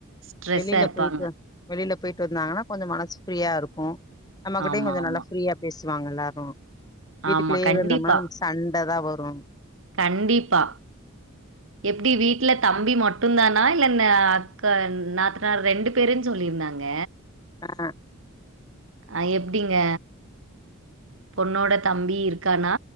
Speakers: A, on the right; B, on the left.
A: ஸ்ட்ரெஸ்ஸா
B: வெளில
A: இருப்பாங்க.
B: போய்ட்டு வந் வெளில போய்ட்டு வந்தாங்கனா கொஞ்சோ மனசு ஃப்ரீயா இருக்கு நம்மகிட்டயு
A: ஆமா,
B: கொஞ்சோ
A: ஆமா.
B: நல்லா ஃப்ரீயா பேசுவாங்க எல்லாரு வீட்டுக்குள்ளயே
A: ஆமா, கண்டிப்பா.
B: இருந்தோம்னா நமக் சண்டதா வரு
A: கண்டிப்பா எப்டி வீட்ல தம்பி மட்டுந்தானா இல்ல இந்த அக்கா நாத்தனார் ரெண்டு பேருன் சொல்லிருந்தாங்க
B: ஆ
A: அது எப்டீங்க பொண்ணோட தம்பி இருக்கானா